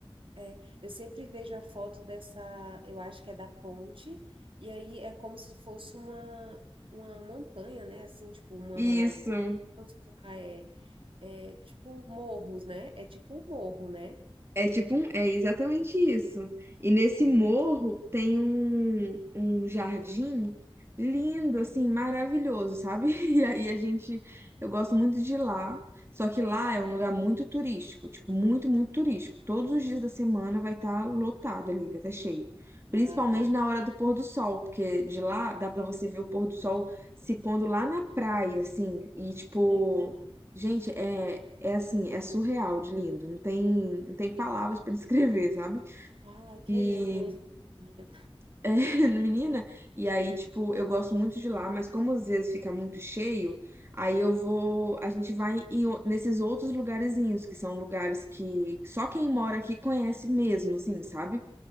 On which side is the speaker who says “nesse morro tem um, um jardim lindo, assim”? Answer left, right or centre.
Right